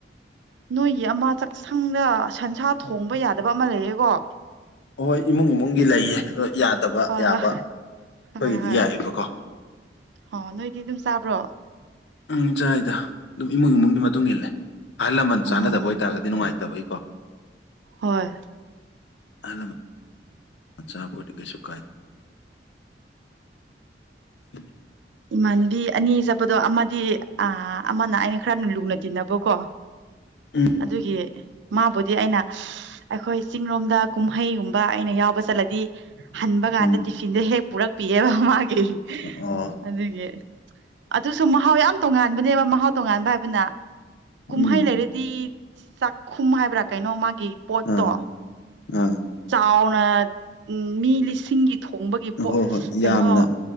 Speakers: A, on the right; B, on the left.
A: ꯅꯣꯏꯒꯤ ꯑꯃ ꯆꯥꯛꯁꯪꯗ ꯁꯟꯁꯥ ꯊꯣꯡꯕ ꯌꯥꯗꯕ ꯑꯃ ꯂꯩꯔꯦꯀꯣ
B: ꯍꯣꯏ ꯏꯃꯨꯡ ꯏꯃꯨꯡꯒꯤ ꯂꯩꯌꯦ ꯑꯗꯣ ꯌꯥꯗꯕ
A: ꯍꯣꯏ
B: ꯌꯥꯕ
A: ꯍꯣꯏ
B: ꯑꯩꯈꯣꯏꯒꯤꯗꯤ
A: ꯍꯣꯏ ꯍꯣꯏ
B: ꯌꯥꯑꯦꯕꯀꯣ
A: ꯑꯣ ꯅꯣꯏꯗꯤ ꯑꯗꯨꯝ ꯆꯥꯕ꯭ꯔꯣ
B: ꯎꯝ ꯆꯥꯏꯗ ꯑꯗꯨꯝ ꯏꯃꯨꯡ ꯏꯃꯨꯡꯒꯤ ꯃꯇꯨꯡ ꯏꯜꯂꯦ ꯑꯍꯜ ꯂꯃꯟ
A: ꯑꯣ
B: ꯆꯥꯟꯅꯗꯕ ꯑꯣꯏꯇꯥꯔꯒꯗꯤ ꯅꯨꯡꯉꯥꯏ ꯇꯕꯒꯤꯀꯣ
A: ꯍꯣꯏ
B: ꯍꯜꯂꯣ ꯑꯆꯄꯣꯠꯇꯤ ꯀꯩꯁꯨ ꯀꯥꯏ <inaudible>
A: ꯏꯃꯥꯟꯅꯕꯤ ꯑꯅꯤ ꯆꯠꯄꯗꯣ ꯑꯃꯗꯤ ꯑꯥ ꯑꯃꯅ ꯑꯩꯅ ꯈꯔ ꯂꯨꯅ ꯇꯤꯟꯅꯕꯀꯣ
B: ꯎꯝ
A: ꯑꯗꯨꯒꯤ ꯃꯥꯕꯨꯗꯤ ꯑꯩꯅ ꯑꯩꯈꯣꯏ ꯆꯤꯡ ꯂꯣꯝꯗ ꯀꯨꯝꯍꯩꯒꯨꯝꯕ ꯑꯩꯅ ꯌꯥꯎꯕ ꯆꯠꯂꯗꯤ ꯍꯟꯕ ꯀꯥꯟꯗ
B: ꯎꯝ
A: ꯇꯤꯐꯤꯟꯗ ꯍꯦꯛ ꯄꯨꯔꯛꯄꯤꯑꯕ ꯃꯥꯒꯤ
B: ꯑꯣ
A: ꯑꯗꯨꯒꯤ ꯑꯗꯨꯁꯨ ꯃꯍꯥꯎ ꯌꯥꯝ ꯇꯣꯉꯥꯟꯕꯅꯦꯕ ꯃꯍꯥꯎ ꯇꯣꯉꯥꯟꯕ ꯍꯥꯏꯕꯅ ꯀꯨꯝꯍꯩ
B: ꯎꯝ
A: ꯂꯩꯔꯗꯤ ꯆꯥꯛꯈꯨꯝ ꯍꯥꯏꯕ꯭ꯔꯥ ꯀꯩꯅꯣ ꯃꯥꯒꯤ ꯄꯣꯠꯇꯣ
B: ꯑꯥ ꯑꯥ
A: ꯆꯥꯎꯅ ꯑꯥ ꯃꯤ ꯂꯤꯁꯤꯡꯒꯤ ꯊꯣꯡꯕꯒꯤ ꯄꯣꯠ
B: ꯍꯣꯏ ꯍꯣꯏ
A: ꯀꯩꯅꯣ
B: ꯌꯥꯝꯅ